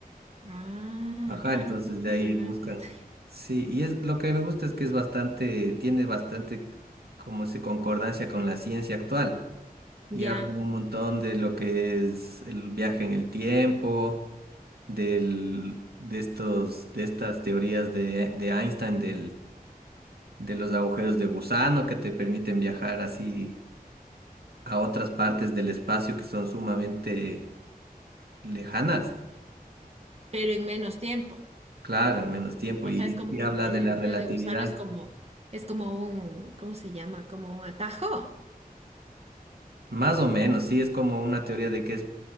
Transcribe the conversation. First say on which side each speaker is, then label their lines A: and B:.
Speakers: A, on the right; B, on the right.
A: Ah,
B: Ajá,
A: claro,
B: entonces
A: ¿cómo
B: de
A: van
B: ahí
A: a llevar
B: buscan.
A: a tanta?
B: Sí, y es lo que me gusta es que es bastante, tiene bastante como se concordancia con la ciencia actual. Y
A: Ya,
B: hablan un montón de lo que es el viaje en el tiempo, del, de estos, de estas teorías de, de Einstein, del, de los agujeros de gusano que te permiten viajar así a otras partes del espacio que son sumamente lejanas,
A: pero en menos tiempo.
B: claro, en menos tiempo,
A: O
B: y,
A: sea, es como
B: y
A: un,
B: habla
A: el
B: de la
A: agujero
B: relatividad,
A: de gusano es como, es como un, ¿cómo se llama? Como un atajo.
B: más o menos, sí, es como una teoría de que es,